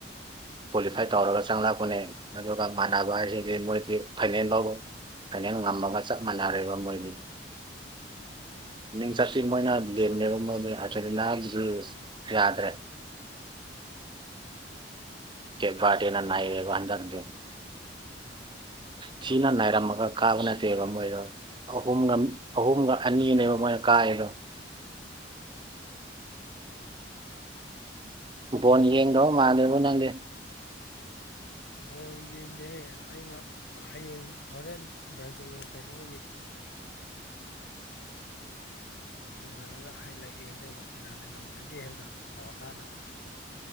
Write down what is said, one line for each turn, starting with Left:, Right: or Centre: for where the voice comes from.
Right: ꯀ꯭ꯋꯥꯂꯤꯐꯥꯏ ꯇꯧꯔꯒ ꯆꯪꯂꯛꯄꯅꯦ ꯑꯗꯨꯒ ꯃꯥꯟꯅꯕ ꯍꯥꯏꯁꯤꯗꯤ ꯃꯣꯏꯗꯤ ꯐꯥꯏꯅꯜ ꯐꯥꯎꯕ ꯐꯅꯦꯛ ꯉꯝꯃꯒ ꯆꯞ ꯃꯥꯟꯅꯔꯔꯤꯕ ꯃꯣꯏꯅꯤꯅ
Left: ꯎꯝ
Right: ꯃꯤꯡ ꯆꯠꯁꯤ ꯃꯣꯏꯅ ꯂꯦꯝꯅꯦꯕ ꯆ ꯂ ꯌꯥꯗꯔꯦ ꯀ ꯄꯥꯔꯇꯅ ꯅꯥꯏ ꯋꯥꯗ ꯅꯠꯇꯕ
Left: ꯎꯝ
Right: ꯊꯤꯅ ꯅꯥꯏꯔꯝꯃꯒ ꯀꯥꯕ ꯅꯠꯇꯦꯕ ꯃꯣꯏꯗꯣ ꯑꯍꯨꯝꯒ ꯑꯍꯨꯝꯒ ꯑꯅꯤꯅꯦꯕ ꯃꯣꯏꯅ ꯀꯥꯑꯦꯕ ꯗꯣ ꯑ ꯅꯤ ꯌꯦꯡꯗꯣ ꯃꯥꯅꯦꯕ ꯅꯪꯦ
Left: ꯕꯣꯜ ꯌꯦꯡꯗꯦꯍꯦ ꯑꯩꯅ ꯍꯌꯦꯡ ꯍꯣꯔꯦꯟ ꯕ꯭ꯔꯥꯖꯤꯜ ꯀꯩꯅꯣ ꯂ ꯐꯒꯦ ꯍꯥꯏꯕꯗꯣ ꯄꯥꯎ ꯇꯥꯅꯕ